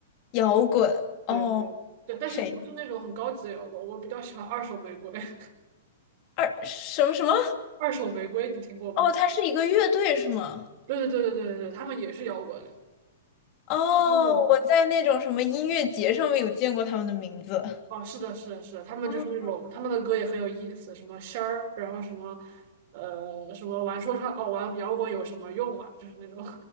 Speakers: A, on the left; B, on the right.
A: 摇滚哦，
B: 对对对，但是不是那种很高级的摇滚，
A: 谁？
B: 我比较喜欢二手玫瑰。<laughs>
A: 二什么什么？
B: 二手玫瑰你听过吗？
A: 哦，他是一个乐队是吗？
B: 对对对对对对对，他们也是摇滚，
A: 哦，
B: 就是那种
A: 我在那种什么音乐节上面有见过他们的名字。
B: 哦，是的，是的，是的，他们就是那种他们的歌也很有意思，
A: 哦，
B: 什么仙儿，然后什么呃什么玩说唱哦玩摇滚有什么用啊，就是那种。